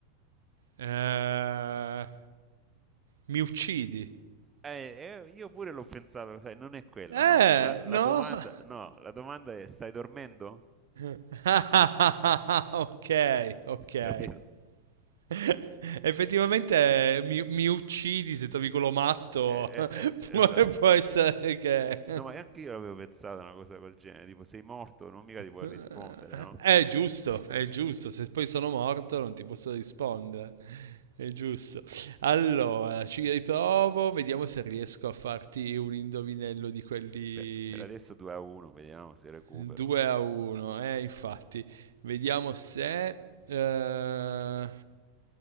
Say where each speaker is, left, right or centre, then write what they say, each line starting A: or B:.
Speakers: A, on the right; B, on the right.
A: Eh, Mi uccidi.
B: Eh, eh, io pure l'ho pensato, lo sai, non è quella,
A: Eh,
B: no. La, la
A: no?
B: domanda, no, la domanda è stai dormendo?
A: <laughs> ok, ok.
B: Capito?
A: <laughs> Effettivamente mi, mi uccidi se trovi quello matto.
B: Eh,
A: <laughs>
B: eh, eh,
A: può,
B: esatto.
A: può essere che...
B: No, ma anche io avevo pensato a una cosa del genere, tipo sei morto, non mica ti puoi
A: <laughs>
B: rispondere, no?
A: È giusto, è giusto. Se poi sono morto non ti posso rispondere. È giusto. Allora, ci riprovo. Vediamo se riesco a farti un indovinello di quelli
B: Per, per adesso 2 a 1, vediamo se recupero.
A: 2 a 1, eh, infatti. Vediamo se... eh,